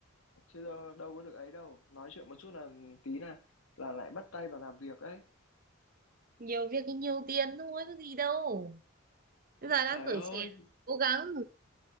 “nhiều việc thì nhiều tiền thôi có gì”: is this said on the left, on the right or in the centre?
Right